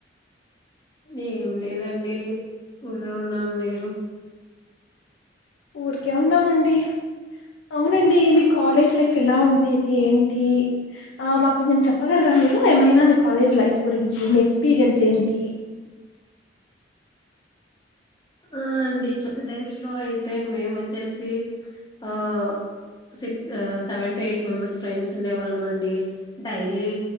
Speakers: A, on the left; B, on the left.
A: ఏం లేదండి ఊర్కె ఉన్నాం మీరు
B: ఊరికే ఉన్నామండి అవునండి మీ కాలేజ్ లైఫ్ ఎలా ఉండేది ఏం ఆ మాకు కొంచం చెప్పగలరా మీరు ఏమైనా మీ కాలేజ్ లైఫ్ గురించి మీ ఎక్స్పీరియన్స్ ఏంటి
A: ఆ అండి చెప్తా డేస్ లో అయితే మేము వచ్చేసి ఆ క్స్ seven to eight member friends ఉండ వాళ్ళండి డైలీ